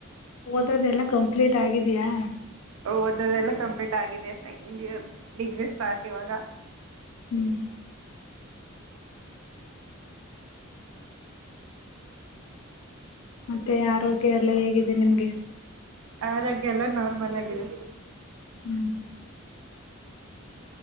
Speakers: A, on the left (about 80°); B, on the right (about 70°).
A: ಓದೋದೆಲ್ಲ ಕಂಪ್ಲೀಟ್ ಆಗಿದಿಯಾ.
B: ಓದೋದೆಲ್ಲ ಕಂಪ್ಲೀಟ್ ಆಗಿದೆ ಸೆಕೆಂಡ್ ಇಯರ್ ಡಿಗ್ರಿ ಸ್ಟಾರ್ಟ್ ಇವಾಗ.
A: ಹ್ಮ್. ಮತ್ತೆ ಆರೋಗ್ಯ ಎಲ್ಲ ಹೇಗಿದೆ ನಿಮ್ಗೆ.
B: ಆರೋಗ್ಯ ಎಲ್ಲ ನಾರ್ಮಲ್ ಆಗಿದೆ.
A: ಹ್ಮ್.